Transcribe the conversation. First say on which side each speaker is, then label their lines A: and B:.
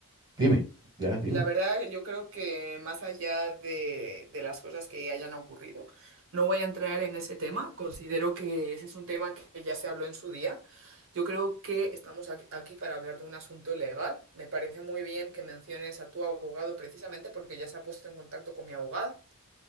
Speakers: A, on the right; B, on the right.
A: dime, ya, dime.
B: La verdad, yo creo que más allá de, de las cosas que hayan ocurrido, no voy a entrar en ese tema. Considero que ese es un tema que ya se habló en su día. Yo creo que estamos ac- aquí para hablar de un asunto legal. Me parece muy bien que menciones a tu abogado precisamente porque ya se ha puesto en contacto con mi abogada.